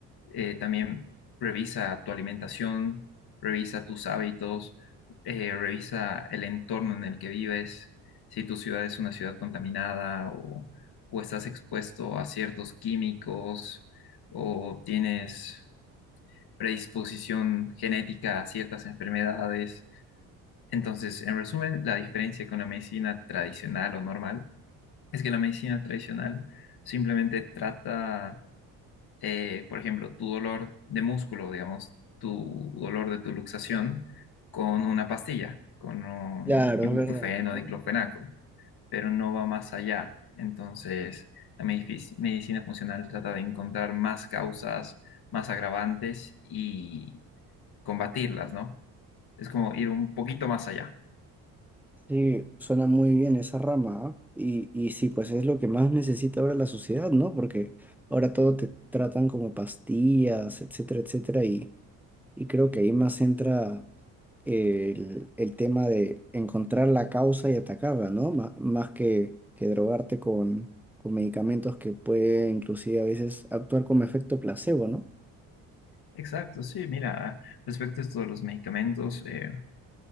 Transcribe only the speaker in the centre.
Claro,
es verdad, ¿no?
Sí, suena muy bien esa rama, ¿ah? Y, y sí, pues es lo que más necesita ahora la sociedad, ¿no? Porque ahora todo te tratan como pastillas, etcétera, etcétera, y, y creo que ahí más entra el, el tema de encontrar la causa y atacarla, ¿no? Ma- más que, que drogarte con, con medicamentos que puede inclusive a veces actuar como efecto placebo, ¿no?